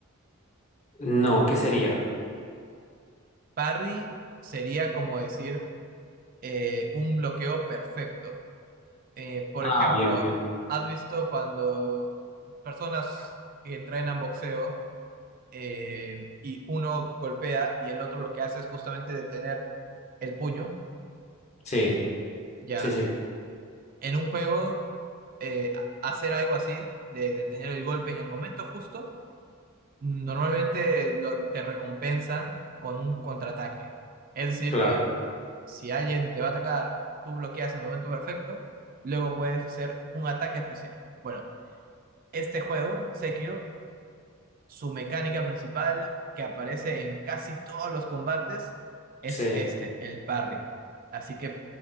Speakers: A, on the left (about 35°); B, on the right (about 45°).
A: No, ¿qué sería?
B: Parry sería como decir eh, un bloqueo perfecto. Eh, por
A: Ah,
B: ejemplo,
A: bien, bien.
B: ¿has visto cuando personas que entrenan boxeo eh, y uno golpea y el otro lo que hace es justamente detener el puño?
A: Sí,
B: Ya,
A: sí, sí,
B: en un juego, eh, hacer algo así, de detener el golpe en el momento justo, normalmente lo- te recompensan con un contraataque. Es decir,
A: claro.
B: que Si alguien te va a atacar, tú bloqueas en el momento perfecto, luego puedes hacer un ataque especial. Bueno, este juego, Sekiro, su mecánica principal que aparece en casi todos los combates es
A: Sí.
B: este, el parry. Así que